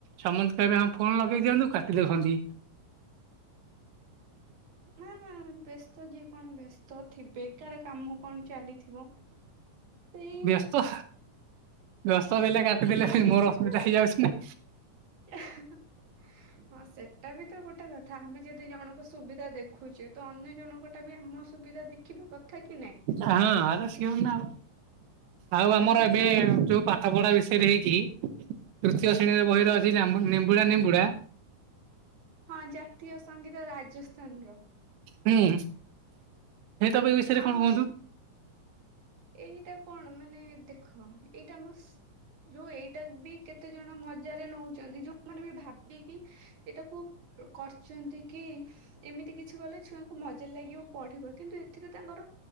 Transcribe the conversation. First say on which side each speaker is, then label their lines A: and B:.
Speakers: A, on the right; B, on the right.
A: ସମେନ୍ତେ କହିବେ ହଁ ଫୋନ୍ ଲଗେଇ ଦିଅନ୍ତୁ କାଟି ଦେଳ ଦଉଛନ୍ତି।
B: ନା ନା ବ୍ୟସ୍ତ ଯିଏ କଣ ବ୍ୟସ୍ତ ଥିବେ କାଳେ କାମ କଣ ଚାଲିଥିବ ସେଇ
A: ବ୍ୟସ୍ତ ବ୍ୟସ୍ତ ଥିଲେ କାଟିଦଲେ ଖାଲି
B: ନଥିବେ
A: ମୋର ଅସୁବିଧା
B: ଆଉ।
A: ହେଇଯାଉଚି ନା।
B: <unintelligible> ହଁ ସେଟା ବି ତ ଗୋଟେ କଥା ଆମେ ଯଦି ଜଣଙ୍କ ସୁବିଧା ଦେଖୁଚେ ତ ଅନ୍ୟ ଜଣଙ୍କ ଟା ବି ଆମ ସୁବିଧା ଦେଖିବା କଥା କି ନାଇଁ
A: ହଁ ଆରେ ସେ ମାନେ ଆଉ ଆଉ ଆମର
B: ଆମେ
A: ଏବେ ଯୋଉ ପାଠ ପଢା ବିଷୟରେ ହେଇଚି ତୃତୀୟ
B: ଆଜ୍ଞା।
A: ଶ୍ରେଣୀରେ ବହିରେ ଅ ନେମ୍ବୁଡା ନେମ୍ବୁଡ଼ା
B: ହଁ ଜାତୀୟ ସଙ୍ଗୀତ ରାଜସ୍ଥାନର।
A: ହୁଁ ସେଇ ଟପିକ୍ ବିଷୟରେ
B: ଆଉ
A: କଣ କୁହନ୍ତୁ?
B: ଏଇଟା କଣ ମାନେ ଦେଖ ଏଇଟା ଆମ ସ ଯୋଉ ଏଇଟା ବି କେତେ ଜଣ ମଜାରେ ନଉଚନ୍ତି ଯୋଉମାନେ ବି ଭାବିକି ଏଇଟାକୁ କରିର୍ଚନ୍ତି କି ଏମିତି କିଛି କଲେ ଛୁଆଙ୍କ ମଜ୍ଜା ଲାଗିବ ପଢିବ କିନ୍ତୁ ଏଥିରେ ତାଙ୍କର